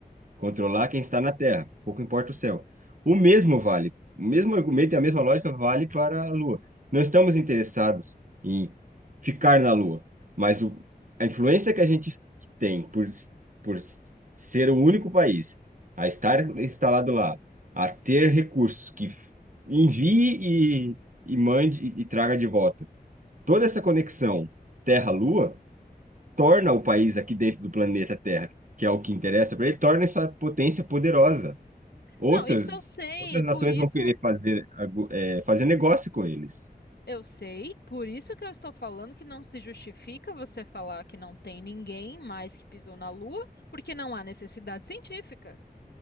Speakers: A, on the right; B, on the left.
A: Controlar quem está na Terra, pouco importa o céu. O mesmo vale, o mesmo argumento e a mesma lógica vale para a Lua. Não estamos interessados em ficar na Lua, mas o, a influência que a gente tem por, por ser o único país a estar instalado lá, a ter recursos que envie e, e mande e, e traga de volta. Toda essa conexão Terra-Lua torna o país aqui dentro do planeta Terra, que é o que interessa para ele, torna essa potência poderosa. Outras,
B: Não, isso eu sei,
A: outras
B: por
A: nações
B: isso
A: vão querer fazer, agu- é, fazer negócio com eles.
B: eu sei, por isso que eu estou falando que não se justifica você falar que não tem ninguém mais que pisou na Lua, porque não há necessidade científica.